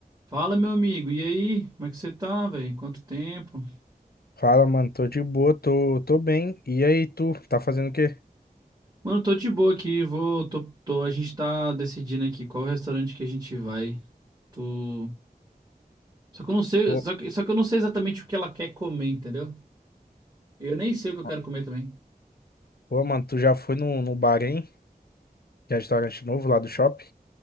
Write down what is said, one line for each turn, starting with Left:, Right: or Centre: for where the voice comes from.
Right: Fala, meu amigo, e aí? Como é que você tá, velho? Quanto tempo?
Left: Fala, mano, tô de boa, tô, tô bem. E aí, tu, tá fazendo o quê?
Right: Mano, tô de boa aqui, vou, tô, tô- a gente tá decidindo aqui qual restaurante que a gente vai. Tô... Só que eu não sei,
Left: Ô,
Right: só que, só que eu não sei exatamente o que ela quer comer, entendeu? Eu nem sei o que eu
Left: ma-
Right: quero comer também.
Left: ô, mano, tu já foi no, no bar, hein? Que é restaurante novo lá do shopping?